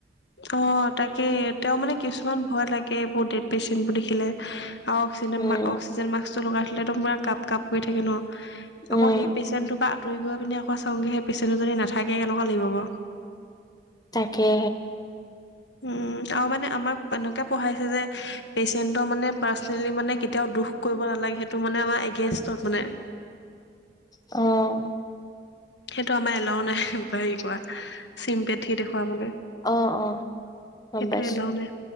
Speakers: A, on the left; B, on the left.
A: অ' তাকে, তেওঁ মানে কিছুমান ভয় লাগে এইবোৰ ডেড পেচেণ্টবোৰ দেখিলে। আৰু অক্সিজেন
B: উম,
A: মা-অক্সিজেন মাস্কটো লগাই ল'লেতো পুৰা কাপ কাপ কৰি থাকে ন'?
B: উম।
A: আকৌ সেই পেচেণ্টৰ পৰা আঁতৰি গৈ পিনে আকৌ চাংগে সেই পেচেণ্টোটো যদি নাথাকে কেনেুৱা লাগিব বাৰু।
B: তাকে।
A: উম, আৰু মানে আমাক এনেকুৱা পঢ়াইছে যে পেচেণ্টৰ মানে পাৰ্চনেলি মানে কেতিয়াও দুখ কৰিব নালাগে সেইটো মানে আমাৰ এগেইনষ্টত মানে।
B: অ'।
A: সেইটো আমাৰ এলাও নাই, এনেকুৱা হেৰি কৰা। চিমপেথি দেখওুৱা মানে,
B: অ অ গম
A: সেইটো
B: পাইছো
A: এলাও নাই।